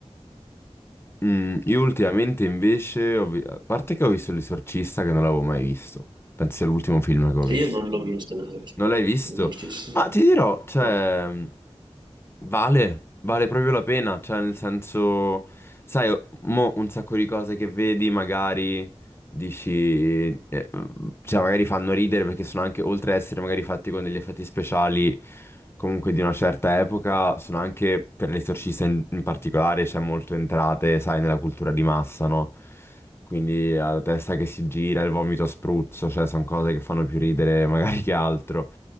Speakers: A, on the left; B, on the right.
A: Mm, io ultimamente invece, ho vi- a parte che ho visto L'Esorcista che non l'avevo mai visto, penso sia l'ultimo film che ho visto.
B: E io non l'ho visto l'esorcista.
A: Non l'hai visto?
B: L'esorcista.
A: Ma ti dirò, cioè,
B: No.
A: vale, vale proprio la pena, cioè, nel senso, sai, mo un sacco di cose che vedi, magari Dici, eh, cioè magari fanno ridere perché sono anche, oltre ad essere magari fatti con degli effetti speciali comunque di una certa epoca, sono anche per l'esorcista in, in particolare, c'è molto entrate, sai, nella cultura di massa, no? Quindi la testa che si gira, il vomito a spruzzo, cioè sono cose che fanno più ridere magari che altro.